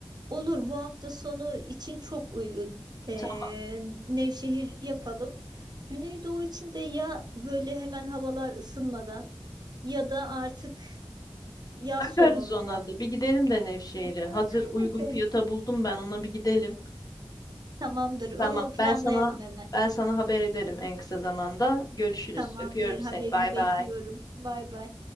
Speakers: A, on the right; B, on the left.
A: olur bu hafta sonu için çok uygun. E,
B: Tamam
A: Nevşehir yapalım. Güneydoğu için de ya böyle hemen havalar ısınmadan ya da artık yaz
B: bakarız
A: sonunda.
B: ona da. Bir gidelim de Nevşehir'e.
A: <laughs>
B: Hazır uygun fiyata buldum ben ona bir gidelim.
A: Tamamdır. Onu
B: Tamam.
A: planlayalım
B: Ben sana
A: hemen.
B: ben sana haber ederim en kısa zamanda. Görüşürüz.
A: Tamamdır.
B: Öpüyorum
A: Haberini
B: seni. Bay
A: bekliyorum.
B: bay.
A: Bay bay.